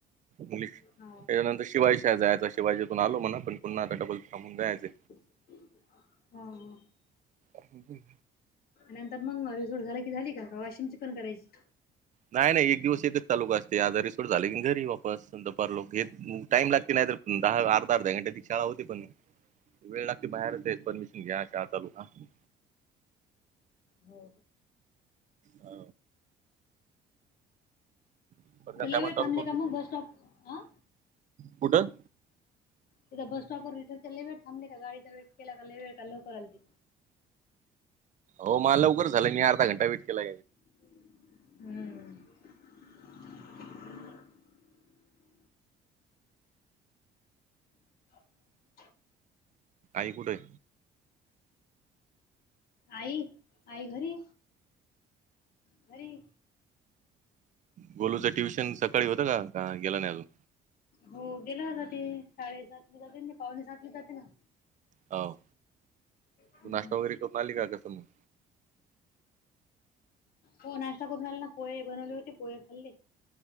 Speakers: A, on the right (about 45°); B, on the left (about 60°).
A: मलिक.
B: हो
A: त्याच्यानंतर
B: का
A: शिवाय शाळेत जायचा, शिवाजीतुन आलो म्हणा पण पुन्हा डबल थांबून जायचय.
B: हा हां.
A: ह ह
B: नंतर मंग मोरेश्वर झालं की झाली का, का वाशिमची पण करायची.
A: नाही नाही एक दिवस एकच तालुका असते, आजार रिसोट झाले की घरी येऊ वापस. परलोकात टाइम लागते नाही तर दहा अर्धा अर्धा घंटे ती शाळा होती पण वेळ लागते बाहेर ते परमिशन घ्याय शिवाय आत जाऊ नहीं देता.
B: हो.
A: आ परकन
B: लय
A: साहेबांना
B: वेळ थांबले
A: चालू करून
B: का
A: दिली
B: मग बस स्टॉप ला.
A: कुठं?
B: तिथं बस स्टॉपवर येतात ते काय वेळ थांबले का गाडीचा वेट केला का लई बेकार लवकर आल्ती.
A: हो माझं लवकर झालं, मी अर्धा घंटा वेट केला.
B: हम्म! <inaudible>
A: आई कुठे?
B: आई, आई घरी, घरी.
A: गोलूचं ट्युशन सकाळी होतं का? का गेला नाही अजून.
B: हो गेला ना ते साडेसातला जातेन्, ते पावणे सातले जाते ना.
A: हाव,
B: हम्म.
A: तू नाश्ता वगैरे करुन आली का मग.
B: हो नाश्ता करून आली ना पोहे बनवले होते पोहे खाल्ले.